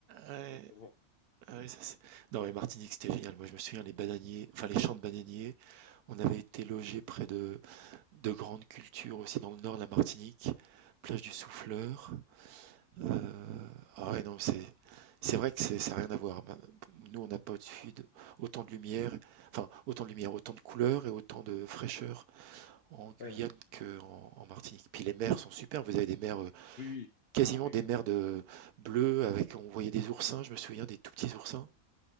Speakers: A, on the right; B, on the left.
A: ouais,
B: Exactement.
A: ouais, ça, c'est- non, mais Martinique, c'était génial. Moi, je me souviens, les bananiers, enfin, les champs de bananiers, on avait été logés près de, de grandes cultures aussi dans le nord de la Martinique, plage du Souffleur. Euh, ah ouais, non, c'est, c'est vrai que c'est, ça n'a rien à voir. Ma- Nous, on n'a pas au-dessus de, autant de lumière, enfin, autant de lumière, autant de couleurs et autant de fraîcheur en Guyane
B: Ouais.
A: qu'en en Martinique. Puis les mers sont super. Vous avez des mers, euh,
B: Oui, oui.
A: quasiment
B: Ah, oui,
A: des
B: oui,
A: mers
B: oui,
A: de
B: oui.
A: bleues avec, on voyait des oursins. Je me souviens des tout petits oursins.